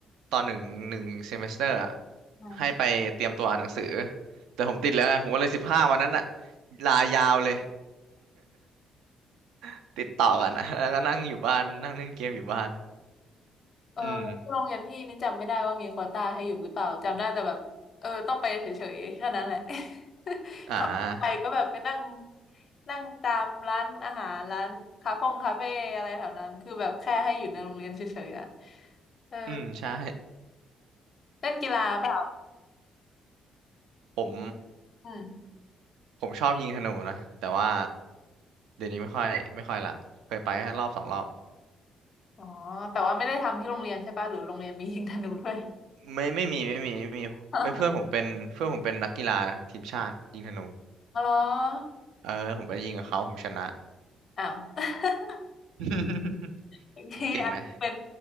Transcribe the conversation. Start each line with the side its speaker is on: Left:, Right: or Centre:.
Right: ตอนหนึ่งหนึ่งเซมิสเตอร์อะ
Left: อืม
Right: ให้ไปเตรียมตัวอ่านหนังสือแต่ผมติดแล้วไงผมก็เลยสิบห้าวันนั้นอะลายาวเลย <laughs> ติดต่อกันอะแล้วก็นั่งอยู่บ้านนั่งเล่นเกมอยู่บ้าน
Left: เออที่โรงเรียนพี่นี่จำไม่ได้ว่ามีโควต้าให้หยุดหรือเปล่าจำได้แต่แบบเออต้องไปเฉยๆแค่นั้นแหละ
Right: อืม
Left: <laughs>
Right: อ่า
Left: ขับไปก็แบบไปนั่งนั่งตามร้านอาหารร้านคาเฟ่งคาเฟ่อะไรแถวนั้นคือแบบแค่ให้อยู่ในโรงเรียนเฉยๆอะเออ
Right: อืมใช่
Left: เล่นกีฬาเปล่า
Right: ผม
Left: อืม
Right: ผมชอบยิงธนูนะแต่ว่าเดี๋ยวนี้ไม่ค่อยไม่ค่อยละเคยไปแค่รอบสองรอบ
Left: อ๋อ แต่ว่าไม่ได้ทำที่โรงเรียนใช่ป่ะหรือโรงเรียนมี <laughs> ยิงธนูด้วย
Right: ไม่ไม่มีไม่มีไม่มีเอ้ยเพื่อนผมเป็นเพื่อนผมเป็นนักกีฬาทีมชาติยิงธนู
Left: <laughs> อ๋อ
Right: เออผมไปยิงกับเขาผมชนะ
Left: อ้าว <laughs>
Right: <laughs>
Left: อย่างนี้ไอเป็น
Right: ผมเก่งไหม